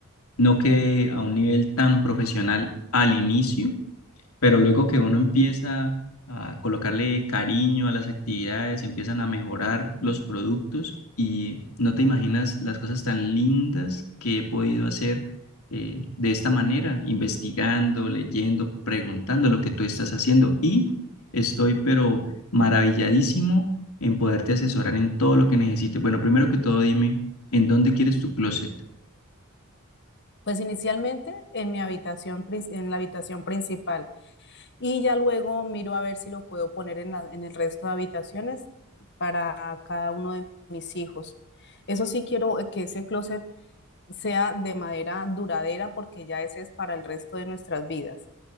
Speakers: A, on the left (about 80°); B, on the left (about 55°).
A: no quede a un nivel tan profesional al inicio, Pero luego que uno empieza a colocarle cariño a las actividades, empiezan a mejorar los productos y no te imaginas las cosas tan lindas que he podido hacer eh, de esta manera, investigando, leyendo, preguntando lo que tú estás haciendo y estoy pero maravilladísimo en poderte asesorar en todo lo que necesites. Bueno, primero que todo, dime, ¿en dónde quieres tu closet?
B: Pues inicialmente en mi habitación, prin- en la habitación principal y ya luego miro a ver si lo puedo poner en la- en el resto de habitaciones para cada uno de mis hijos. Eso sí quiero que ese closet sea de madera duradera porque ya ese es para el resto de nuestras vidas.